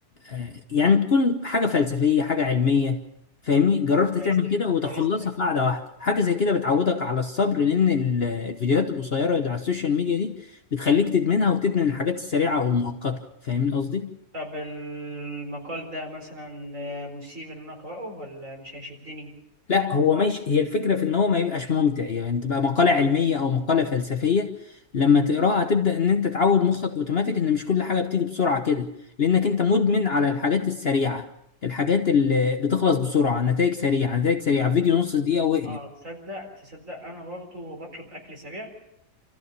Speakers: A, on the left (about 40°); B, on the right (about 50°).
A: آه، يعني تكون حاجة فلسفية حاجة علمية فاهمني جربت تعمل
B: عايزني
A: كده
B: انت
A: وتخلصها
B: عايزنك
A: في قعدة واحدة حاجة زي كده بتعودك على الصبر لأن ال- الفيديوهات القصيرة اللي على السوشيال ميديا دي بتخليك تدمنها وتدمن الحاجات السريعة والمؤقتة فاهمين قصدي؟
B: طب المقال ده مثلا آه، مثير ان انا اقراه ولا مش هيشدني
A: لا هو ماشي هي الفكرة في ان هو ما يبقاش ممتع يعني تبقى مقالة علمية او مقالة فلسفية لما تقراها تبدأ ان انت تعود مخك اوتوماتيك ان مش كل حاجة بتيجي بسرعة كده لانك انت مدمن على الحاجات السريعة الحاجات اللي بتخلص بسرعة نتائج سريعة نتائج سريعة فيديو نص دقيقة واقلب
B: اه تصدق تصدق انا برضو بطلب اكل سريع